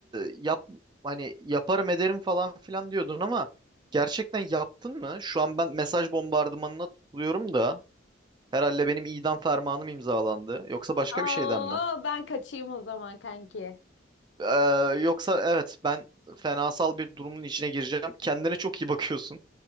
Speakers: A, on the right; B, on the left.
A: yap hani yaparım ederim falan filan diyordun ama gerçekten yaptın mı? Şu an ben mesaj bombardımanına tutuluyorum da herhalde benim idam fermanım imzalandı. Yoksa başka
B: Oo,
A: bir şeyden mi?
B: ben kaçayım o zaman kanki.
A: Ee, yoksa evet ben fenasal bir durumun içine gireceğim. Kendine çok iyi bakıyorsun.